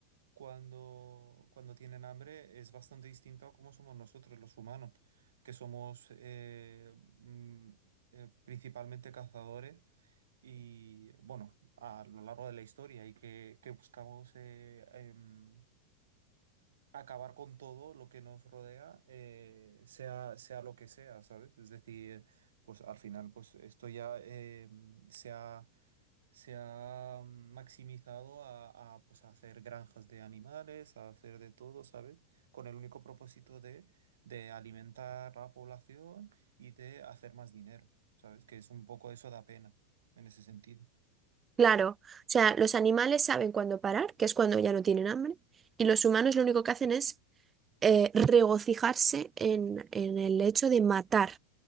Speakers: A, on the right; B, on the right.
A: cuando, cuando tienen hambre es bastante distinto a cómo somos nosotros los humanos, que somos eh, mm, eh, principalmente cazadores Y bueno, a lo largo de la historia y que, que buscamos eh, em, acabar con todo lo que nos rodea, eh, sea, sea lo que sea, ¿sabes? Es decir, pues al final, pues esto ya em, se ha, se ha maximizado a, a, pues, a hacer granjas de animales, a hacer de todo, ¿sabes? Con el único propósito de, de alimentar a la población y de hacer más dinero, ¿sabes? Que es un poco eso da pena en ese sentido.
B: Claro, o sea, los animales saben cuándo parar, que es cuando ya no tienen hambre, y los humanos lo único que hacen es eh, regocijarse en, en el hecho de matar